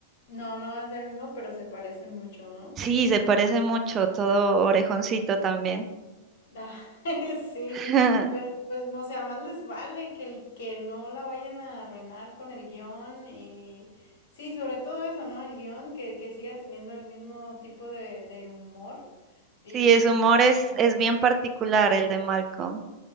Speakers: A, on the left; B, on the right.
A: No, no va a ser el mismo, pero se parece mucho, ¿no?
B: Sí, se parece mucho, todo orejoncito también.
A: Ah, <laughs> sí,
B: <laughs>
A: pero pues, o sea, más les vale que el que no la vayan a arruinar con el guión y sí, sobre todo eso, ¿no? El guión que, que siga teniendo el mismo tipo de, de humor y,
B: Sí, su humor es,
A: ajá,
B: es bien particular el de Malcolm.